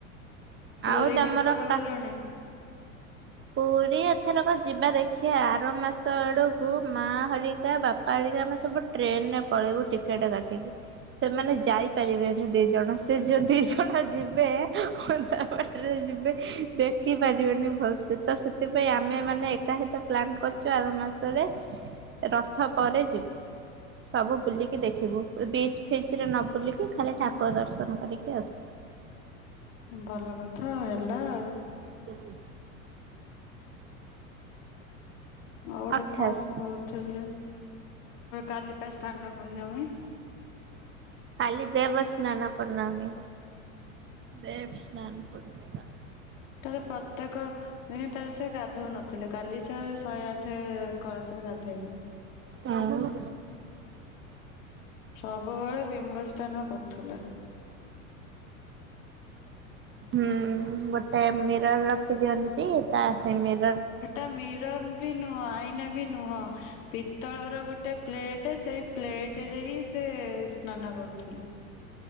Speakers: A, on the left; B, on the right.
A: ପୁରୀ
B: ଆଉ ତମର
A: କେତେଥର
B: କା
A: ଗଲଣି?
B: ପୁରୀ ଏଥରକ ଯିବା ଦେଖି ଆର ମାସ ଆଡ଼କୁ ମାଆ ହରିକା ବାପା ହରିକା ଆମେ ସବୁ ଟ୍ରେନରେ ପଳେଇବୁ ଟିକେଟ କାଟିକି ସେମାନେ ଯାଇପାରିବେନି ଦି'ଜଣ। ସେ ଯଦି ଦି'ଜଣ ଯିବେ ଅଧା ବାଟରେ ଯିବେ ଦେଖିପାରିବେନି। ସେ ତ ସେଥିପାଇଁ ଆମେ ମାନେ ଏକାହିତ ପ୍ଲାନ କରିଛୁ ଆର ମାସରେ ରଥ ପରେ ଯିବୁ ସବୁ ବୁଲିକି ଦେଖ ଦେଖିବୁ ବିଚି ଫିଚ ରେ ନ ବୁଲିକି ଖାଲି ଠାକୁର ଦର୍ଶନ କରିକି ଆସ
A: ଭଲ କଥା ହେଲା ଆଉ
B: କେତେ
A: ଆଉ ଗୋଟେ
B: ଅଠାଅଶୀ
A: କଣ କହୁଥିଲି କାଲି ପା ସ୍ନାନ ପୂର୍ଣ୍ଣମୀ?
B: କାଲି ଦେବସ୍ ସ୍ନାନ ପୂର୍ଣ୍ଣମୀ ଦେବ ସ୍ନାନ ପୂର୍ଣ୍ଣିମା
A: ତାହାଲେ ପ୍ରତ୍ୟେକ ଦିନ ତାହାଲେ ସେ ଗାଧଉ ନଥିଲେ କାଲି ସେ ଶହେ ଆଠେ କଳସରେ ଗାଧୋଇବେ
B: ହୁଁ।
A: <inaudible> ସବୁବେଳେ ବିମ୍ବ ସ୍ନାନ କରୁଥିଲେ।
B: ହୁଁ ଗୋଟେ ମିରର ରଖିଦିଅନ୍ତି ତା ସାମ୍ନା ରେ
A: ସେଟା ମିରର ବି ନୁହଁ ଆଇନା ବି ନୁହଁ ପିତ୍ତଳର ଗୋଟେ ପ୍ଲେଟ ସେଇ ପ୍ଲେଟରେ ହିଁ ସେ ସ୍ନାନ କରୁଥିଲେ।